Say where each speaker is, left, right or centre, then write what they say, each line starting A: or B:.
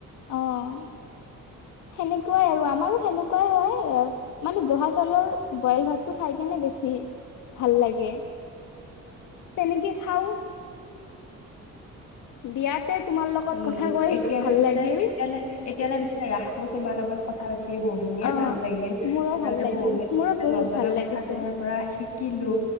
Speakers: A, on the left; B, on the left.
A: অ', সেনেকুৱাই আৰু আমাৰো সেনেকুৱাই হয়, অ মানে জহা চাউলৰ বইল ভাতটো খাই কেনে বেছি ভাল লাগে, তেনেকে খাওঁ দিয়াতে তোমাৰ লগত
B: উম,
A: কথা কৈ
B: এতিয়ালে
A: ভাল
B: তেতিয়া
A: লাগিল
B: এতিয়াললে এতিয়ালৈ পিচাৰে ৰাখোঁ, তোমাৰ লগত কথা পাতিয় বহু ধুনীয়া
A: অ
B: ভাল লাগিল।
A: মোৰো
B: আচল্ততে
A: ভাল লাগিল
B: বহু খিনি
A: মোৰো বহুত
B: নজনা
A: ভাল লাগিছে
B: কথা তোমাৰ পৰা শিকিলোঁ